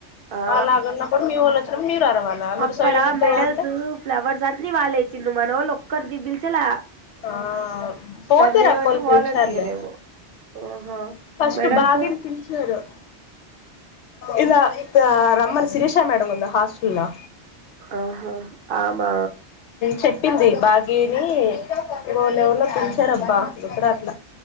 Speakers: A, on the right (about 60°); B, on the left (about 80°).
A: ఆ
B: అలాగున్నప్పుడు మీ వోళ్ళు వచ్చినప్పుడు మీరు అరవాలా మీరు
A: అక్కడ
B: సైలెంట్
A: మెడల్స్
B: గా ఉంటే
A: ఫ్లవర్స్ అన్ని వాళ్ళేచ్చిన్రు మనవోళ్ళు ఒక్కరిని పిలిచలా
B: ఆ పోతే
A: దాన్ని
B: రాకపోలు
A: ఏమంట్రు
B: పిలిచారులే
A: వాలంటీయర్ ఏమో ఆహ
B: ఫస్ట్
A: మెడల్స్.
B: బాగా పిలిచారు ఇలా రమ్మని శిరీష మేడం ఉందా హాస్టల్లో
A: ఆహా ఆమె
B: చెప్పింది బాగీని ఇంగోళు ఎవళ్నో పిలిచడం బా గుర్తురాట్ల